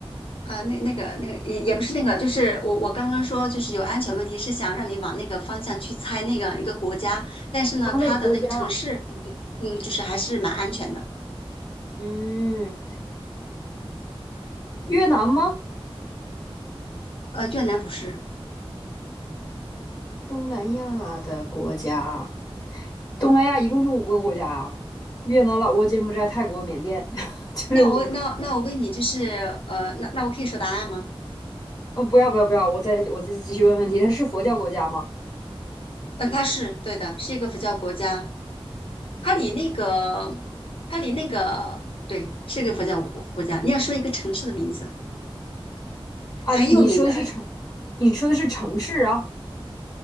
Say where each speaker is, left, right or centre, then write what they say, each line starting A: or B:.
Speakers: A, on the left; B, on the left.
A: 啊、那那个那个也也不是那个，就是我我刚刚说就是有安全问题，是想让你往那个方向去猜那个一个国家，但是呢，
B: 他那个国家，
A: 它的那个城市不，嗯，就是还是蛮安全的，
B: 嗯。越南吗？
A: 呃，越南不是，
B: 东南亚的国家，东南亚一共就五个国家啊，越南、老挝、柬埔寨、泰国、缅甸，<laughs> 就这五个。
A: 那我那那我问你，就是呃，那那我可以说答案吗？
B: 呃，不要不要不要，我再我再继续问问题，它是佛教国家吗？
A: 呃，它是对的，是一个佛教国家，它离那个，它离那个，对，是个佛教国国家。你要说一个城市的名字，
B: 啊，
A: 很有名的
B: 你说的是城，你说的是城市啊？